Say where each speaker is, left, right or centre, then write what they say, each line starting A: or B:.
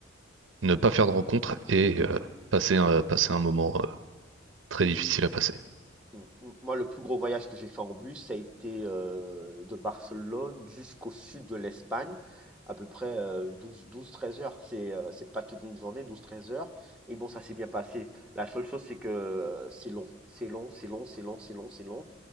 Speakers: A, on the right (about 65°); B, in the centre.
A: ne pas faire de rencontre et euh, passer un, passer un moment euh, très difficile à passer.
B: M- m- Moi, le plus gros voyage que j'ai fait en bus, ça a été euh, de Barcelone jusqu'au sud de l'Espagne, à peu près euh, douze, douze, treize heures. C'est euh, c'est pas toute une journée, douze, treize heures. Et bon, ça s'est bien passé. La seule chose, c'est que euh, c'est long. C'est long, c'est long, c'est long, c'est long, c'est long.